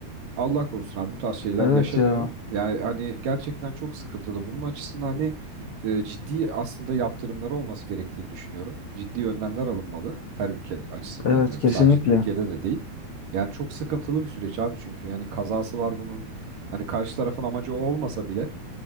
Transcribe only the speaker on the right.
Allah korusun abi bu tarz şeyler
yaşanıyor.
Yani hani gerçekten çok sıkıntılı. Bunun açısından hani e, ciddi aslında yaptırımları olması gerektiğini düşünüyorum. Ciddi önlemler alınmalı her ülke açısından
diyorum.
Sadece Türkiye'de de değil. Yani çok sıkıntılı bir süreç abi çünkü yani kazası var bunun. Hani karşı tarafın amacı o olmasa bile